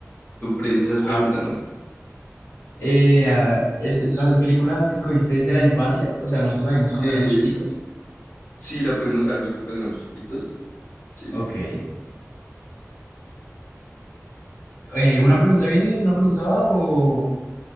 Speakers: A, on the left; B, on the left.
A: Tú pre- empiezas
B: A
A: preguntándome.
B: ver. Eh, ah, ¿es la película que escogiste desde la infancia? O sea, nosotros la vimos cuando
A: Eh,
B: éramos chiquitos.
A: Sí, la pudimos haber visto cuando éramos chiquitos. Sí.
B: Ok. Eh, ¿una pregunta viene y una pregunta va o...?